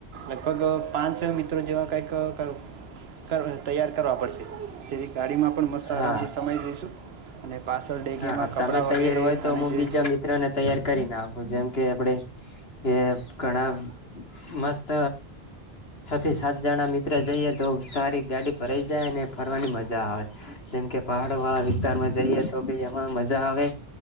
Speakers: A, on the right; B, on the left.
A: લગભગ પાંચ મિત્રો જેવા કઈક <unintelligible> કર તૈયાર કરવા પડશે તેથી ગાડીમાં પણ મસ્ત
B: હા
A: આરામથી સમાઈ જઈશું અને. પાછળ ડેગીમાં
B: હા તમે
A: કપડાં
B: તૈયાર
A: વગેરે
B: હોય તો
A: અને
B: હું
A: જે
B: બીજા મિત્રો ને તૈયાર કરીને આવ જેમ કે આપડે એ ઘણા મસ્ત છ થી સાત જણા મિત્ર જઈએ તો સારી ગાડી પરઈ જાય ને ફરવાની મજા આવે. જેમ કે પહડ વાળ વિસ્તારમાં <unintelligible> તો <unintelligible> એમાં મજા આવે